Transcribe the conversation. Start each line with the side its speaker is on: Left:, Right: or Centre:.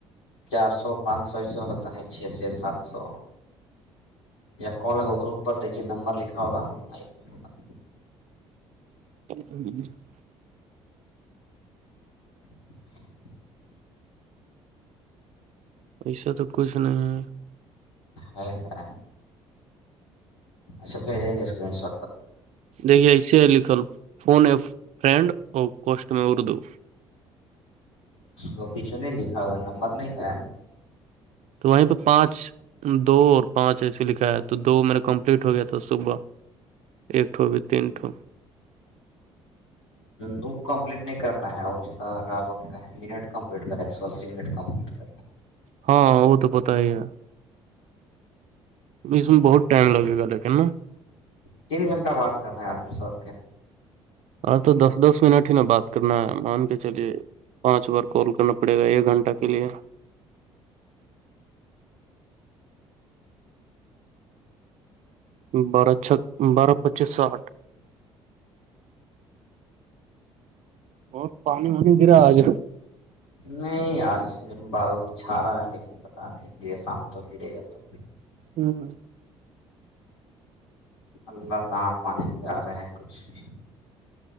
Left: چار سو پانچ سو اس سے ہوتا ہے چھ سے سات سو یا کال ہے گوگل اوپر دیکھیے نمبر لکھا ہوگا پہ ہوگا
Right: <inaudible>
Left: <inaudible>
Right: ایسا تو کچھ نہیں ہے
Left: ہ ہ اا ش
Right: دیکھیے اسے ہے لکھل فون ہے فرینڈ اور کوسٹ میں اردو
Left: اس کو پچھوں نہیں لکھا ہوا نمبر نہیں ہے
Right: تو وہیں پہ پانچ دو اور پانچ ایسے لکھا ہے تو دو میرا کمپلیٹ ہو گیا تھا صبح ایکٹو بھی تین ٹو
Left: د کمپلیٹ نہیں کرنا ہے اور اس کا کیا بولتا ہے منٹ کمپلیٹ کر ایک سو اسی منٹ کمپلیٹ کر
Right: ہاں ہاں وہ تو پتہ ہی ہے اس میں بہت ٹم لگے گا ل کہا
Left: تین گھنٹہ بات کرنا ہے آدمی سور کے
Right: ار تو دس دس منٹ ہی نا بات اتنا مان کے چلیے پانچ بار کال کرنا پڑے گا ایک گھنٹہ کے لیے بارہ چھ بارہ پچیس ساٹھ اور پانی وانی دیرا آج
Left: نہیں آج دن بادل چھا رہا ہے لیکن پتا نہیں گ شام تو گرے گئے تو
Right: ہوں
Left: اللہ کہاں پانی پ آ رہے ہیں کچھ بھی